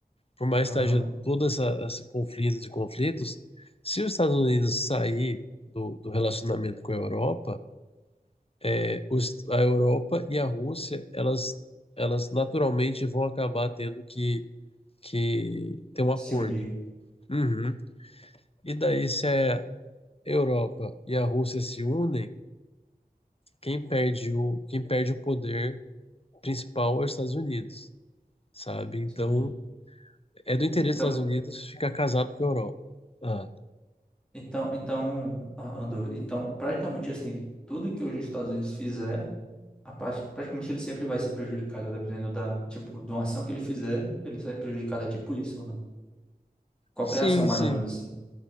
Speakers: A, on the left (about 40°); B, in the centre.
A: por mais
B: aham.
A: que haja todo essa, esse conflito de conflitos, se os Estados Unidos sair do, do relacionamento com a Europa, é, os, a Europa e a Rússia, elas, elas naturalmente vão acabar tendo que, que ter um acordo.
B: Se unir.
A: Uhum. E daí, se a Europa e a Rússia se unem, quem perde o, quem perde o poder principal é os Estados Unidos, sabe? Então,
B: Sim.
A: é do interesse
B: Então,
A: dos Estados Unidos ficar casado com a Europa. Ah.
B: então, então, ah, Andor, então, praticamente assim, tudo que os Estados Unidos fizer, a parte- praticamente ele sempre vai ser prejudicado, dependendo da, tipo, de uma ação que ele fizer, ele sai prejudicado, é tipo isso, né? Qualquer
A: Sim,
B: ação, mais
A: sim.
B: ou menos assim.